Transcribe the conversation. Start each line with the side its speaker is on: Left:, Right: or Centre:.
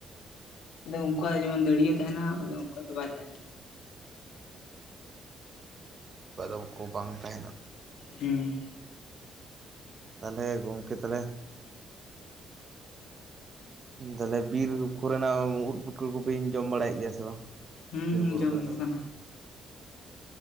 Left: ᱟᱫᱚ ᱩᱱᱠᱩᱣᱟᱜ ᱡᱮᱢᱚᱱ ᱫᱟᱹᱲᱭᱟᱹ ᱛᱟᱦᱮᱱᱟ ᱟᱫᱚ ᱩᱱᱠᱩᱣᱟᱜ ᱫᱚ ᱵᱟᱭ ᱛᱟᱦᱮᱱᱟ᱾
Right: ᱚᱠᱟᱫᱚ ᱠᱚ ᱵᱟᱝ ᱛᱟᱦᱮᱱᱟ᱾
Left: ᱦᱩᱸ᱾
Right: ᱛᱟᱦᱞᱮ ᱜᱚᱝᱠᱮ ᱛᱟᱦᱞᱮᱼᱼᱼ ᱛᱟᱦᱞᱮ ᱵᱤᱨ ᱠᱚᱨᱮᱱᱟᱜ ᱩᱫ ᱯᱩᱴᱟᱹ ᱠᱚᱵᱤᱱ ᱡᱚᱢ ᱵᱟᱲᱟᱭᱮᱫ ᱜᱮᱭᱟ ᱥᱮ ᱵᱟᱝ?
Left: ᱦᱩᱸ
Right: ᱵᱤᱨ ᱵᱩᱨᱩ
Left: ᱡᱚᱢ
Right: ᱠᱚᱨᱮᱱᱟᱜ
Left: ᱦᱩᱭᱩᱜ ᱠᱟᱱᱟ᱾